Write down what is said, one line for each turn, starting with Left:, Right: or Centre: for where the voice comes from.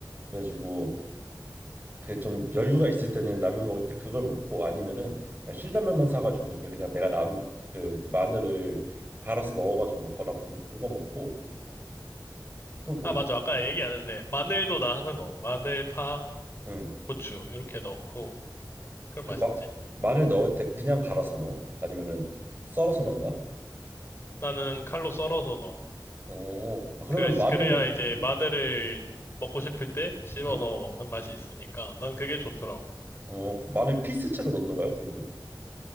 Right: 그래가지고 그 좀 여유가 있을 때는 라면 먹을 때 그걸 먹고 아니면은 그냥 신라면만 사가지고 거기 그냥 내가 남 그 마늘을 갈아서 넣어가지고 먹거나 보통 그거 먹고 또 뭐
Left: 아,
Right: 있지?
Left: 맞아. 아까 얘기 안 했네. 마늘도 나 항상 넣어. 마늘, 파,
Right: 응.
Left: 고추 이렇게 넣고 그럼
Right: 그
Left: 맛있지.
Right: 마, 마늘 넣을 때 그냥 갈아서 넣어? 아니면은 썰어서 넣나?
Left: 나는 칼로 썰어서 넣어.
Right: 어. 아 그러면
Left: 그,
Right: 마늘
Left: 그래야 이제
Right: 응.
Left: 마늘을 먹고 싶을 때 씹어서
Right: 응.
Left: 먹는 맛이 있으니까 난 그게 좋더라고.
Right: 어, 그 마늘 피스체로 넣는 거야, 그러면은?